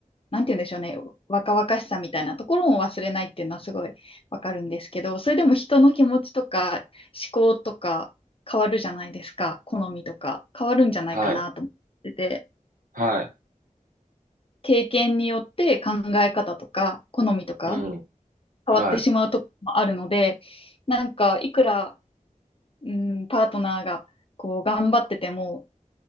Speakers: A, on the left; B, on the right.
A: なんて言うんでしょうね、若々しさみたいなところも忘れないっていうのはすごいわかるんですけど、それでも人の気持ちとか思考とか変わるじゃないですか、好みとか変わるんじゃないかなと思ってて、
B: はい、はい、
A: 経験によって考え方とか好みとか
B: うん、
A: 変わってしまうところもあるので、
B: はい。
A: なんか、いくら、うん、パートナーがこう頑張ってても、